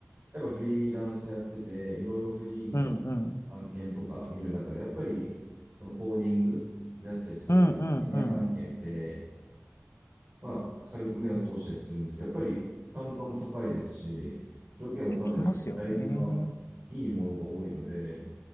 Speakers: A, on the right (about 40°); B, on the left (about 70°).
A: やっぱフリーランスやってて、いろいろフリーの案件とか見る中で、
B: うんうん。
A: やっぱりそのコーディングであったり、そういうエンジニア案件って、
B: うんうんうん。っ
A: まあ軽く目を通したりするんですけど、やっぱり単価も高いですし、条件もかなり待遇が
B: て聞きますよね。
A: いいものが多いので、